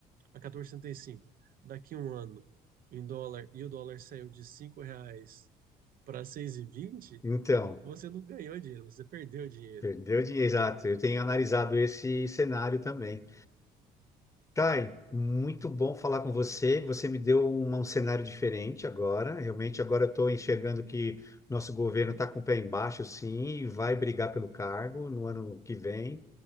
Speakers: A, on the right; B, on the left.
A: a 14,75 daqui a um ano em dólar e o dólar saiu de 5 reais para seis e vinte,
B: Então,
A: você não ganhou dinheiro, você perdeu dinheiro.
B: perdeu dinheiro. Exato, eu tenho analisado esse cenário também. Thay, muito bom falar com você. Você me deu uma- um cenário diferente agora. Realmente, agora eu estou enxergando que nosso governo está com o pé embaixo, sim, e vai brigar pelo cargo no ano que vem.